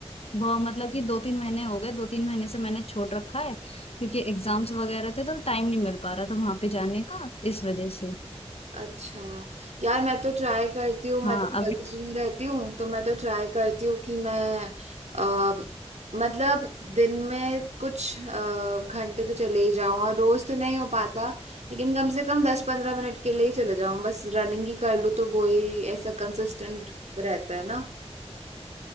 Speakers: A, on the left; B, on the right.
A: बहुत मतलब कि दो तीन महीने हो गए दो तीन महीने से मैंने छोड़ रखा है क्योंकि एग्जाम्स वगैरह थे तो टाइम नहीं मिल पा रहा था वहां पे जाने का इस वजह से
B: अच्छा यार मैं तो ट्राई करती हूँ
A: हाँ
B: मैं तो कॉलेज
A: अभी
B: में रहती हूँ तो मैं तो ट्राई करती हूँ कि मैं आ, मतलब दिन में कुछ अ, घंटे तो चले ही जाऊँ और रोज तो नहीं हो पाता लेकिन कम से कम दस पंद्रह मिनट के लिए ही चले जाऊँ बस रनिंग ही कर लूँ तो वो ही ऐसा कंसिस्टेंट रहता है ना